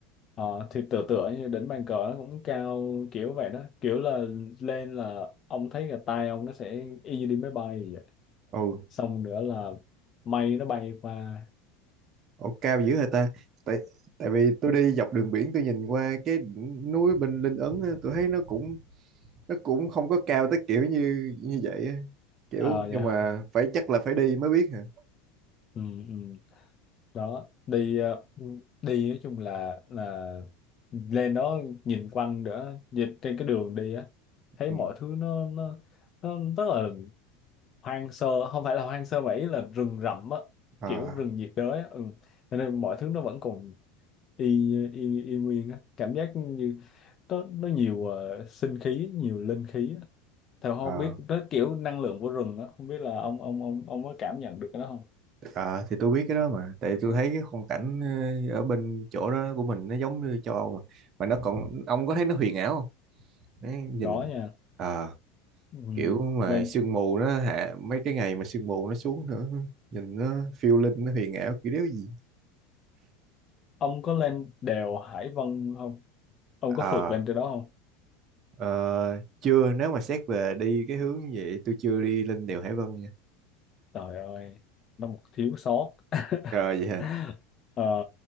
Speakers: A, on the left; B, on the right.
A: Ờ, thì tựa tựa như đỉnh bàn cờ nó cũng cao kiểu vậy đó kiểu là lên là ông thấy là tay ông nó sẽ y như đi máy bay vậy.
B: ừ
A: xong nữa là mây nó bay qua
B: Ồ, cao dữ hả ta tại tại vì tôi đi dọc đường biển tôi nhìn qua cái đỉnh núi bên Linh Ấn á, tôi thấy nó cũng nó cũng không có cao tới kiểu như như vậy á. kiểu
A: ờ vậy
B: nhưng
A: hả
B: mà phải chắc là phải đi mới biết hả
A: ừ, ừ. đó đi ờ, đi nói chung là là lên đó nhìn quanh nữa nhìn trên cái đường đi á thấy
B: ừ.
A: mọi thứ nó nó nó rất là hoang sơ không phải là hoang sơ mà ý là rừng rậm á
B: Ờ,
A: kiểu rừng nhiệt đới á ừ. cho nên mọi thứ nó vẫn còn y y, y nguyên á cảm giác như nó nó nhiều ờ, sinh khí nhiều linh khí á theo
B: ờ,
A: không biết nó kiểu năng lượng của rừng á không biết là ông ông ông ông có cảm nhận được cái đó không
B: ờ, thì tôi biết cái đó mà tại tôi thấy cái khung cảnh ờ, ở bên chỗ đó của mình nó giống như châu Âu mà mà nó còn ông có thấy nó huyền ảo không Đấy, nhìn
A: có nha
B: ờ,
A: ừ.
B: kiểu mà
A: lên
B: sương mù nó hạ mấy cái ngày mà sương mù nó xuống nữa nhìn nó phiêu linh nó huyền ảo kiểu đéo gì
A: ông có lên đèo Hải Vân không ông
B: ờ
A: có phượt lên trên đó không
B: ờ, chưa nếu mà xét về đi cái hướng như vậy tôi chưa đi lên đèo Hải Vân nha
A: trời ơi nó một thiếu sót
B: rồi vậy hả
A: <laughs> Ờ,